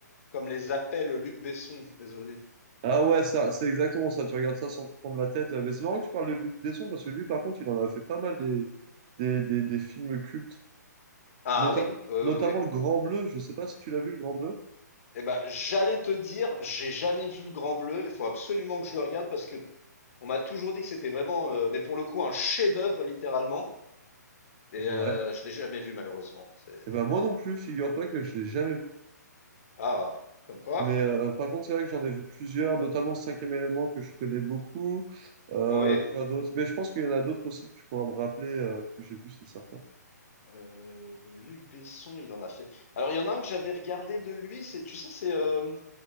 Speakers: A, on the left; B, on the right.
A: comme les appelle Luc Besson, désolé.
B: Ah ouais, ça, c'est exactement ça, tu regardes ça sans te prendre la tête. Mais c'est marrant que tu parles de Luc Besson, parce que lui, par contre, il en a fait pas mal des, des, des, des films cultes.
A: Ah
B: Notamment,
A: oui, euh,
B: notamment
A: oui. oui.
B: Le Grand Bleu, je sais pas si tu l'as vu, Le Grand Bleu.
A: Eh ben, j'allais te dire, j'ai jamais vu Le Grand Bleu, il faut absolument que je le regarde parce que on m'a toujours dit que c'était vraiment, euh, mais pour le coup, un chef-d'œuvre, littéralement, et
B: Ouais.
A: euh, je l'ai jamais vu, malheureusement. C'est...
B: Et ben moi non plus, figure-toi que je l'ai jamais vu.
A: Ah, comme quoi?
B: Mais euh, euh, par contre, c'est vrai que j'en ai vu plusieurs, notamment le cinquième élément que je connais beaucoup. Euh,
A: Oui.
B: quoi d'autre? Mais je pense qu'il y en a d'autres aussi que tu pourras me rappeler euh, que j'ai vu, c'est certain.
A: Euh, de Luc Besson, il en a fait. Alors, il y en a un que j'avais regardé de lui, c'est, tu sais, c'est euh,